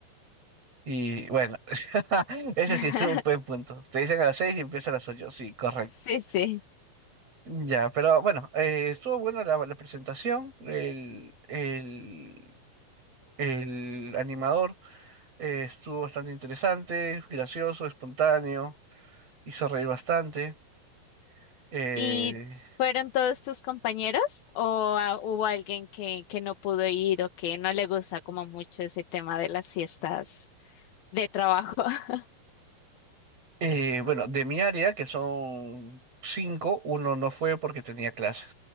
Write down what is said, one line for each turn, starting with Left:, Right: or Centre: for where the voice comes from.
Right: Y bueno, <laughs> ese
Left: <laughs>
Right: sí es un buen punto. Te dicen a las seis y empieza a las ocho. Sí, correcto.
Left: Sí, sí.
Right: Ya, pero bueno, eh, estuvo buena la, la presentación. El, el, el animador eh, estuvo bastante interesante, gracioso, espontáneo, hizo reír bastante. Eh,
Left: ¿Y fueron todos tus compañeros o ah, hubo alguien que, que no pudo ir o que no le gusta como mucho ese tema de las fiestas de trabajo? <laughs>
Right: eh, bueno, de mi área, que son cinco, uno no fue porque tenía clases,